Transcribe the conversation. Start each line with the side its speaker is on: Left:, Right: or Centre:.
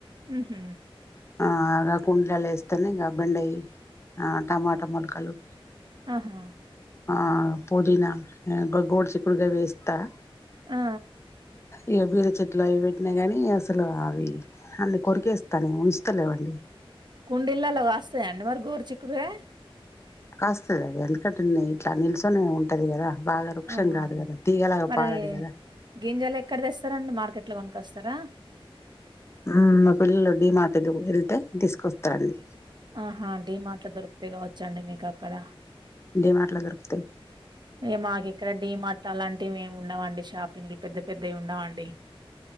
Right: ఊహు
Left: ఆ గా కుండీలల్ల వేస్తేనే ఇంకా బెండయి ఆ టమాటా మొలకలు
Right: ఆహా
Left: ఆ పుదీనా గోడు చిక్కుడుగాయూ వేస్తా
Right: ఆ!
Left: ఇగ బీర చెట్లు అయి పెట్టిన గాని ఇలా అవి అందుకొరకే ఏస్తా ఉంచుతలేవండి
Right: కుండీలలో కాస్తయ్యండి మరి గోరు చిక్కుడుకాయ
Left: కాస్తది అది ఎందుకంటే ఇట్లా నిల్చొనే ఉంటది కదా బాగా వృక్షం
Right: ఆహా
Left: కాదు కదా తీగలాగా
Right: మరి
Left: పారదు కదా
Right: గింజలు ఎక్కడ తెస్తారండి మార్కెట్ లో కొను కొస్తారా
Left: ఉమ్ మా పిల్లలు డి మార్ట్ కు వెళ్తే తీసుకొస్తారండి
Right: ఆహా డి మాట్లా దొరికితే కావచ్చండి మీకు అక్కడ
Left: డిమార్ట్ లో దొరుకుతాయి
Right: ఇ మాకు ఇక్కడ డీమార్ట్ లు అలాంటివి ఏం ఉండవండి షాపింగ్లు పెద్ద పెద్దవి ఉండవాండి